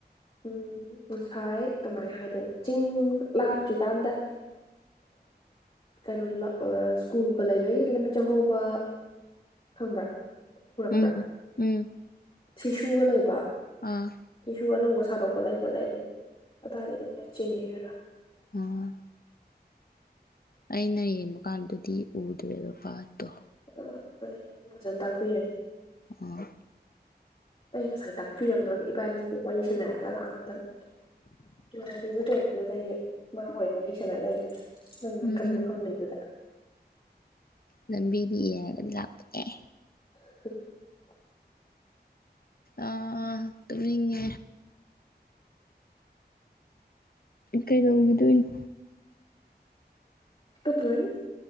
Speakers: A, on the left; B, on the left.
A: ꯎꯝ ꯉꯁꯥꯏ ꯀꯃꯥꯏꯅ ꯍꯥꯏꯗꯣꯏꯅꯣ ꯆꯤꯡ ꯂꯥꯟꯗꯔ꯭ꯤ ꯍꯧꯖꯤꯀꯥꯟꯗ ꯀꯩꯅꯣ ꯁ꯭ꯀꯨꯜꯒ ꯂꯩꯕꯒꯤ ꯂꯝꯕꯤ ꯆꯪꯍꯧꯕ ꯈꯪꯕ꯭ꯔꯥ ꯎꯔꯛꯄ꯭ꯔꯥ
B: ꯎꯝ ꯎꯝ
A: ꯁꯤꯁꯨꯒ ꯂꯩꯕ
B: ꯑꯥ
A: ꯁꯤꯁꯨ ꯑꯅꯧꯕ ꯊꯥꯗꯣꯛꯄ ꯂꯩꯕ ꯂꯩꯕꯅꯤ ꯑꯗꯨꯋꯥꯏꯗꯒꯤ ꯑꯗꯨꯝ ꯆꯤꯡꯉꯦ
B: ꯑꯣ ꯑꯩꯅ ꯌꯦꯡꯕ ꯀꯥꯟꯗꯗꯤ ꯎꯗ꯭ꯔꯦꯕ ꯄꯥꯠꯇꯣ
A: ꯑꯣ ꯑꯩ ꯑꯗꯨꯝ ꯐꯖꯅ ꯇꯥꯛꯄꯤꯔꯦ
B: ꯑꯣ
A: ꯑꯩ ꯉꯁꯥꯏ ꯇꯥꯛꯄꯤꯔꯝꯗꯣꯅꯦ ꯏꯕꯥꯅꯤꯗꯣ ꯋꯥꯔꯤ ꯁꯥꯅ ꯂꯥꯛꯑꯝꯒꯗꯕꯅꯦ ꯌꯥꯗꯤꯕ ꯗꯣ ꯑꯗꯨꯗ ꯑꯩ ꯃꯥ ꯑꯣꯏ ꯋꯥꯔꯤ ꯁꯅꯥ ꯂꯩꯔꯦ ꯅꯪ ꯅꯥꯀꯟꯗ
B: ꯎꯝ
A: ꯐꯝ ꯂꯩꯕꯗ <unintelligible>
B: ꯂꯝꯕꯤꯗꯤ ꯌꯦꯡꯑꯒ ꯂꯥꯛꯄꯅꯦ
A: <unintelligible>
B: ꯑ ꯇꯨꯝꯃꯤꯡꯉꯦ ꯀꯩꯗꯧꯒꯤ ꯗꯣꯏꯅꯣ
A: ꯇꯨꯝꯃꯨꯔꯅꯤ